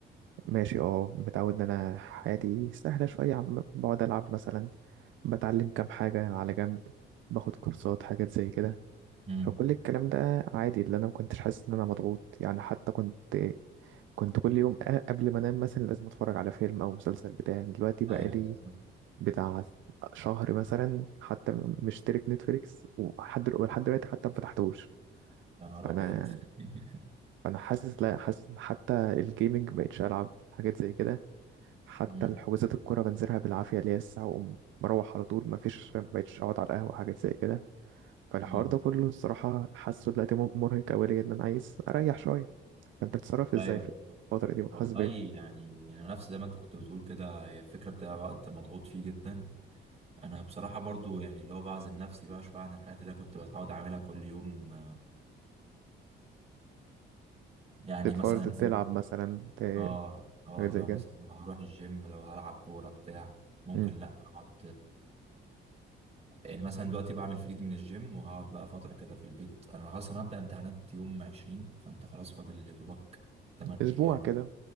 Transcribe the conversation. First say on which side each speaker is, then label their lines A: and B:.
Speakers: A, on the right; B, on the right.
A: ماشي اه متعود ان انا حياتي سهله شويه عم بقعد العب مثلا بتعلم كام حاجه على جنب باخد كورسات حاجات زي كده
B: امم
A: فكل الكلام ده عادي اللي انا ما كنتش حاسس ان انا مضغوط يعني حتى كنت كنت كل يوم أ- قبل ما انام مثلا لازم اتفرج على فيلم او مسلسل بتاع دلوقتي بقى
B: ايوه
A: لي
B: بالظبط
A: بتاع شهر مثلا حتى مشترك نتفليكس وحد ولحد دلوقتي حتى ما فتحتوش
B: يا نهار
A: فانا
B: ابيض <laughs>
A: فانا حاسس لا حاسس حتى الجيمنج مبقتش العب حاجات زي كده حتى
B: امم
A: الحجوزات الكورة بنزلها بالعافية اللي هي الساعة وأقوم مروح على طول مفيش مبقتش أقعد على القهوة حاجات زي كده فالحوار
B: امم
A: ده كله الصراحة حاسه دلوقتي م- مرهق أوي ليا إن أنا عايز أريح شوية فأنت بتتصرف إزاي
B: ايوه
A: في
B: بالظبط.
A: الفترة دي بتحس
B: والله
A: بإيه؟
B: يعني انا نفس زي ما انت كنت بتقول كده هي الفكره بتاع وقت مضغوط فيه جدا انا بصراحه برضو يعني اللي هو بعزل نفسي بقى شويه عن الحاجات اللي انا كنت بتعود اعملها كل يوم يعني
A: تتفرج
B: مثلا
A: تلعب
B: <laughs> ايه
A: مثلا ت-
B: اه اه
A: حاجات
B: اللي
A: زي
B: هو
A: كده
B: مثلا لو هروح الجيم لو هلعب كوره بتاع ممكن
A: مم.
B: لا اقعد يعني مثلا دلوقتي بعمل فريد من الجيم وهقعد بقى فترة كده في البيت أنا خلاص أنا هبدأ امتحانات يوم عشرين فأنت خلاص فاضل يا دوبك تمن
A: أسبوع
B: أيام
A: كده